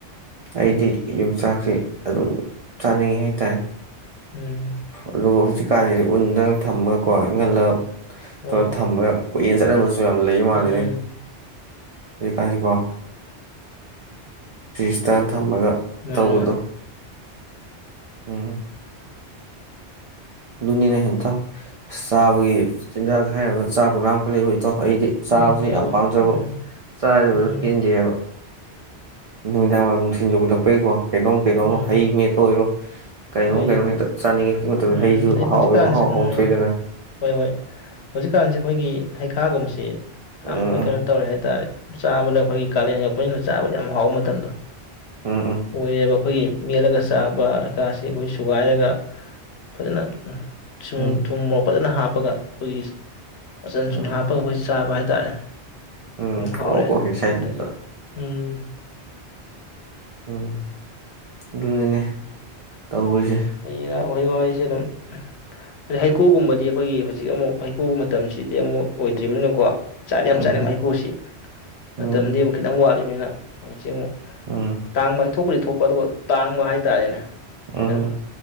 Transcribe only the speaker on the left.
ꯎꯝ
ꯍꯣꯏ
ꯎꯝ
ꯃꯥꯅꯤ
ꯃꯥꯅꯤ
ꯎꯝ ꯍꯣꯏ
ꯍꯣꯏ
ꯎꯝ
ꯎꯝ
ꯎꯝ
ꯍꯣꯏ
ꯎꯝ
ꯑꯗꯩ
ꯍꯧꯖꯤꯛꯀꯥꯟꯁꯦ
ꯎꯝ
ꯍꯣꯏ ꯍꯣꯏ ꯍꯧꯖꯤꯛꯀꯥꯟꯁꯦ ꯑꯩꯈꯣꯏꯒꯤ ꯍꯩꯈꯥꯒꯨꯝꯕꯁꯤ
ꯌꯥꯝ ꯑꯩꯈꯣꯏ ꯀꯩꯅꯣ ꯇꯧꯔꯦ ꯍꯥꯏꯇꯥꯔꯦ ꯆꯥꯕꯗ ꯑꯩꯈꯣꯏꯒꯤ ꯀꯥꯂꯦꯟ ꯌꯧꯛꯄꯅꯤꯅ ꯆꯥꯕꯗ ꯌꯥꯝ ꯍꯥꯎꯕ ꯃꯇꯝꯗꯣ
ꯑꯣꯏꯔꯦꯕ ꯑꯩꯈꯣꯏꯒꯤ ꯃꯦꯠꯂꯒ ꯁꯥꯥꯕ ꯑꯀꯥꯁ ꯁꯤ ꯑꯩꯈꯣꯏ ꯁꯨꯒꯥꯏꯔꯒ ꯐꯖꯅ ꯨꯁꯨꯡ
ꯊꯨꯝ ꯃꯣꯔꯣꯛ ꯐꯖꯅ ꯍꯥꯞ ꯍꯥꯞꯄꯒ ꯑꯩꯈꯣꯏꯒꯤ ꯃꯆꯟ
ꯁꯨꯅ ꯍꯥꯞꯄꯒ ꯑꯩꯈꯣꯏ ꯆꯥꯕ ꯍꯥꯏ ꯇꯥꯛꯑꯦ
ꯑꯗꯨꯝ
ꯍꯥꯎꯋꯦ
ꯑꯗꯨꯗꯒꯤ ꯎꯝ
ꯍꯩ ꯔꯥ ꯎꯍꯩ ꯋꯥꯍꯩ ꯁꯤ ꯑꯗꯨꯝ ꯑꯗꯩ ꯍꯩꯀꯨꯒꯨꯝꯕꯗꯤ ꯑꯩꯈꯣꯏꯒꯤ ꯍꯧꯖꯤꯛ ꯑꯃꯨꯛ ꯍꯩ ꯀꯨ ꯃꯇꯝꯁꯤꯗꯤ ꯑꯃꯨꯛ ꯑꯣꯏꯗ꯭ꯔꯤꯕꯅꯀꯣ ꯆꯥꯗꯤ ꯌꯥꯝ
ꯆꯥꯅꯤꯡꯕ ꯍꯩꯀꯨꯁꯤ
ꯃꯇꯝꯗꯤ ꯑꯃꯨꯛ ꯈꯤꯇꯪ ꯋꯥꯠꯂꯤ ꯍꯧꯖꯤꯛ ꯑꯃꯨꯛ
ꯇꯥꯡꯕ ꯊꯣꯛꯄꯗꯤ ꯊꯣꯛ ꯄ ꯑꯗꯨꯒ ꯇꯥꯡꯕ ꯍꯥꯏꯇꯥꯔꯦꯅꯦ
ꯈꯤꯇꯪ